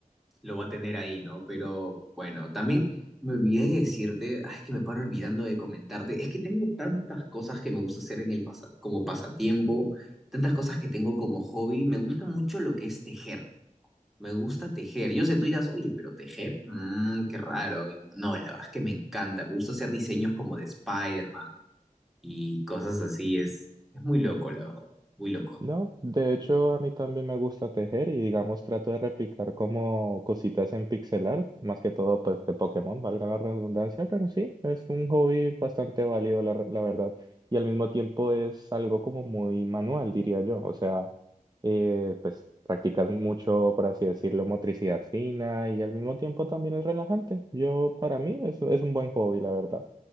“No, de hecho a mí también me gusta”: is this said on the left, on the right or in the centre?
Right